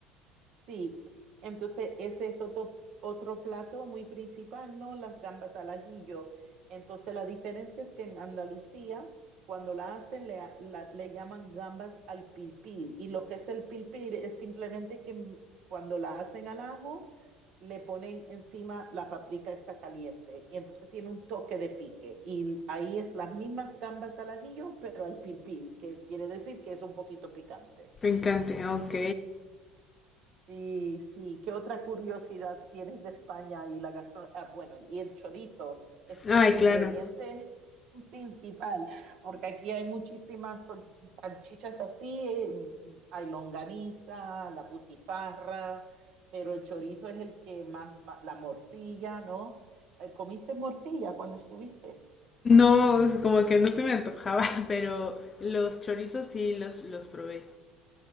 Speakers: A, on the right; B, on the left.
A: Sí, entonces ese es otro, otro plato muy principal, ¿no? Las gambas al ajillo. Entonces la diferencia es que en Andalucía, cuando la hacen, le, a- la- le llaman gambas al pilpil. Y lo que es el pilpil es simplemente que mm, cuando la hacen al ajo, le ponen encima la paprika está caliente. Y entonces tiene un toque de pique. Y ahí es las mismas gambas al ajillo, pero al pilpil, que quiere decir que es un poquito picante.
B: Me encanta, ok.
A: Sí, sí. ¿Qué otra curiosidad tienes de España y la gastronomía? Ah, bueno, y el chorizo es
B: Ay,
A: otro
B: claro.
A: ingrediente <laughs> principal, porque aquí hay muchísimas sol- salchichas así, eh, hay longaniza, la putifarra, pero el chorizo es el que más, ma- la morcilla, ¿no? Eh, ¿Comiste morcilla cuando estuviste?
B: No, como que no se me antojaba, <laughs> pero los chorizos sí los, los probé.